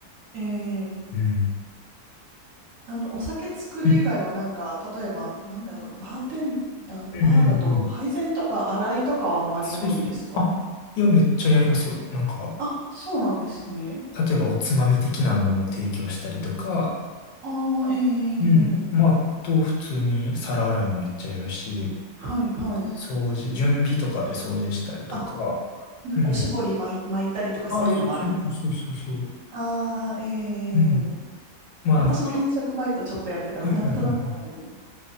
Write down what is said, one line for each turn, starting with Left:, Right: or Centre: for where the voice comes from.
Right: ーえー
Left: うん。
Right: あの、お酒作る以外はなんか、
Left: うん、
Right: 例えば、なんだろう、バーテンダー、
Left: うん、
Right: バーだと配膳とか洗いとかはあんまりないんですか
Left: うんうん。そうそう。あ、いや、めっちゃやりますよ。なんか、
Right: あ、そうなんですね。
Left: 例えばおつまみ的なものを提供したりとか、
Right: ああ、ええ
Left: うん。まあ、と、普通に皿洗いもめっちゃやるし、
Right: はい、はい。
Left: 掃除、準備とかで掃除したりとか。
Right: あ、なおしぼり巻い、
Left: うん。
Right: 巻いたりとかそういうのもあるんです。
Left: あそうそうそうそうそうそう。
Right: ああ、え
Left: うん。
Right: え
Left: まあなんか、
Right: 私も飲食バイトちょっとやってたんで、
Left: はいはいはいはい。
Right: なんとなくわかります。